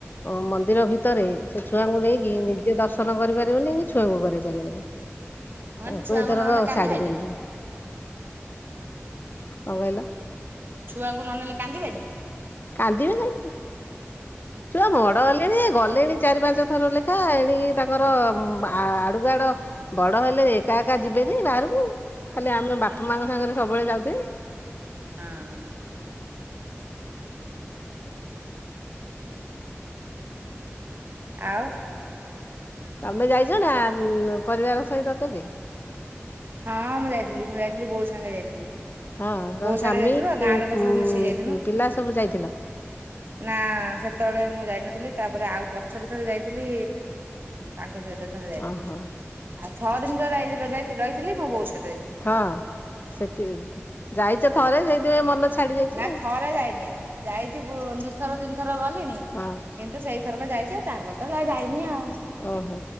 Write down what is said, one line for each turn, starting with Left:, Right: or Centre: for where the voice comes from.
Left: ଅ ମନ୍ଦିର ଭିତରେ ସେ ଛୁଆଙ୍କୁ ନେଇକି ନିଜେ ଦର୍ଶନ କରିପାରିବନି କି ଛୁଆଙ୍କୁ କରି ପାରିବନି।
Right: ମୁଁ କହିନି
Left: ଆଉ
Right: ଛୁଆଙ୍କୁ
Left: କୁ ଏଥରକ
Right: ନହେଲେ କାନ୍ଦିବେନି
Left: ଛାଡି ଦେଇଦେବି। କଣ କହିଲ?
Right: ଛୁଆଙ୍କୁ ନ ନେଲେ କାନ୍ଦିବେନି।
Left: କାନ୍ଦିବେ ନେହିଁ। ଛୁଆ ବଡ
Right: ଆଉ
Left: ହେଲେଣି ଗଲେଣି ଚାରି ପାଞ୍ଚ ଥର ଲେଖା ଏଣିକି ତାଙ୍କର ଆ ଆଡୁକୁ ଆଡ ବଡ ହେଲେ ଏକା ଏକା ଯିବେନି ବାହାରକୁ ଖାଲି ଆମ ବାପା ମାଙ୍କ ସାଙ୍ଗରେ ସବୁବେଳେ ଯାଉଥିବେ।
Right: ହଁ। ଆଉ।
Left: ତମେ ଯାଇଛ ନା ପରିବାର ଉଁ ସହିତ କେବେ?
Right: ହଁ ମୁଁ ଯାଇଥିଲି ମୁଁ ଯାଇଥିଲି ବୋଉ ସାଙ୍ଗେ ଯାଇଥିଲି।
Left: ହଁ
Right: ବୋଉ
Left: ତମ
Right: ସାଙ୍ଗେ
Left: ସ୍ଵାମୀ
Right: ଯାଇଥିଲୁ ଆଉ ଗାଁ
Left: ଉ
Right: ଲୋକ ସବୁ ମିଶିକି ଯାଇଥିଲୁ।
Left: ପିଲା ସବୁ ଯାଇଥିଲ?
Right: ନା ସେତେବେଳେ ମୁଁ ଯାଇନଥିଲି ତାପରେ ଆଉ ପଛରେ ଥରେ ଯାଇଥିଲି। ତାଙ୍କ ସହିତ ଥରେ ଯାଇଥିଲି
Left: ଓହୋ
Right: ଆଉ ଛଅ ଦିନି ଯୋ ଯାଇ ଯାଇ ରହିଥିଲି ମୋ ବୋଉ ସ
Left: ହଁ ସେଥିରେ ଯାଇଛ ଥରେ ସେଇଥିପାଇଁ ମନ ଛାଡି ଯାଇଛି
Right: ନା
Left: ଆଉ।
Right: ଥରେ ଯାଇନି। ଯାଇଛି ଭୁ ଦୁଥର ତିନି ଥର ଗଲିଣି।
Left: ହଁ।
Right: କିନ୍ତୁ ସେଇଥରକ ଯାଇଚି ତାପରେ ତ ଯାଇନି ଆଉ।
Left: ଓହୋ